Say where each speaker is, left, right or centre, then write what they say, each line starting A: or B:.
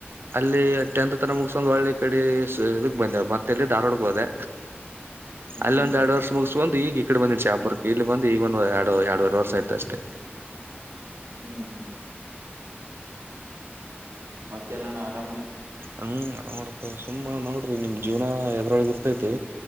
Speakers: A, on the right; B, on the right.
A: ಅಲ್ಲಿ ಟೆಂತ್ ತರ ಮುಗಸ್ಕೊಂಡ್ ಒಳ್ಳ ಇ ಕಡೆ ಇದಕ್ ಬಂದೆ ಮತ್ತೆಲೀ ಧಾರ್ವಾಡಗೆೋದೆ
B: ಹ್ಮ್
A: ಅಲ್ಲಿ ಒಂದ ಎರಡು ವರ್ಷ ಮುಗಿಸಕೊಂಡು ಒಂದು ಈಗ ಈ ಕಡೆ ಬಂದಿ ಚಾ ಪುರಕ್ಕೆ ಇಲ್ಲಿ ಬಂದು ಈಗ ಒಂದು ಎರಡುವರೆ ವರ್ಷ ಆಯತ ಅಷ್ಟೇ
B: ಹ್ಮ್ ಹ್ಮ್ ಮತ್ತ ನಣ್ಣ ಆರಾಮಲ್ಲ
A: ಹ್ಮ ಆರಾಮ್ ಮಾಡತ ಸುಮ್ಮ ನೋಡ್ರಿ ನಿಮ್ ಜೀವನ ಎದ್ರೊಳಗ ಇರ್ತೈತಿ.